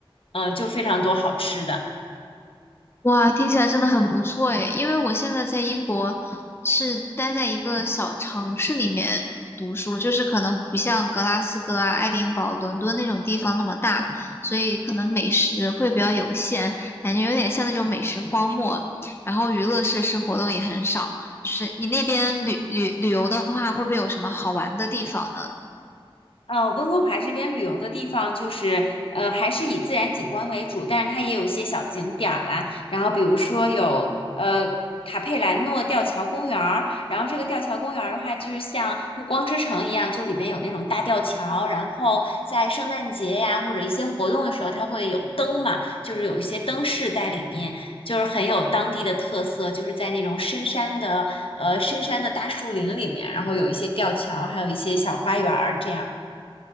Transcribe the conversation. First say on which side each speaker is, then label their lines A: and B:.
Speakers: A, on the left; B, on the left.
A: 嗯、就非常多好吃的。
B: 哇，听起来真的很不错诶，因为我现在在英国是待在一个小城市里面读书，就是可能不像格拉斯哥啊、爱丁堡、伦敦那种地方那么大，所以可能美食会比较有限，感觉有点像那种美食荒漠。然后娱乐设施活动也很少，就是你那边旅旅旅游的话，会不会有什么好玩的地方呢？
A: 呃，温哥华这边旅游的地方就是，呃，还是以自然景观为主，但是它也有一些小景点儿啦。然后比如说有呃卡佩兰诺吊桥公园儿，然后这个吊桥公园儿的话，就是像暮光之城一样，就里面有那种大吊桥，然后在圣诞节呀或者一些活动的时候，它会有灯嘛，就是有一些灯饰在里面，就是很有当地的特色，就是在那种深山的呃深山的大树林里面，然后有一些吊桥，还有一些小花园儿这样。